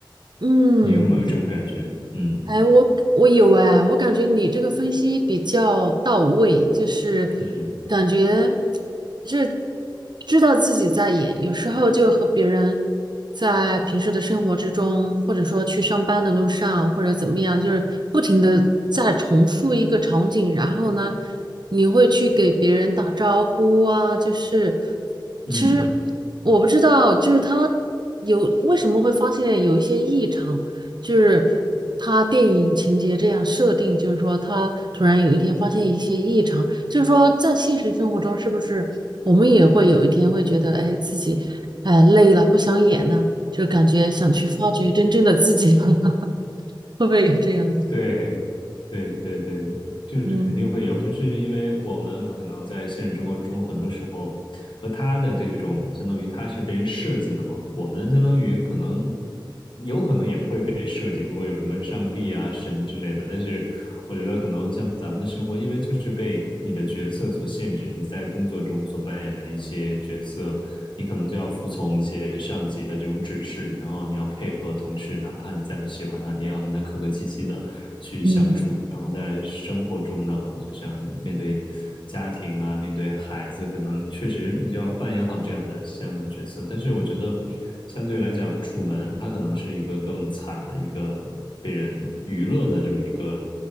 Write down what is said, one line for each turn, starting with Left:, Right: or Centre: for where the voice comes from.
Right: 嗯，
Left: 你有没有这种感觉？嗯
Right: 哎，我我有哎，我感觉你这个分析比较到位，就是
Left: 嗯
Right: 感觉是知道自己在演，有时候就和别人在平时的生活之中，或者说去上班的路上，或者怎么样，就是不停的在重复一个场景，然后呢，你会去给别人打招呼啊，就是
Left: 嗯。
Right: 其实我不知道，就是他有为什么会发现有一些异常。就是他电影情节这样设定，就是说他突然有一天发现一些异常，就是说在现实生活中是不是我们也会有一天会觉得，哎，自己哎累了，不想演了，就感觉想去发掘真正的自己了，<laughs> 会不会有这样的？
Left: 对，对对对，就是肯定会有，
Right: 嗯
Left: 就是因为我们可能在现实生活中，很多时候和他的这种，相当于他是被人设计的嘛，我们相当于可能有可能也会被设计，如果有什么上帝啊、神之类的，但是我觉得可能像咱们的生活，因为就是被你的角色所限制，你在工作中所扮演的一些角色。你可能就要服从一些上级的这种指示，然后你要配合同事，哪怕你再不喜欢他，你也要跟他客客气气的去相处。
Right: 嗯
Left: 然后在生活中呢，就像面对家庭啊，面对孩子，可能确实你就要扮演好这样的这样的角色。但是我觉得，相对来讲，楚门他可能是一个更惨的一个被人娱乐的这么一个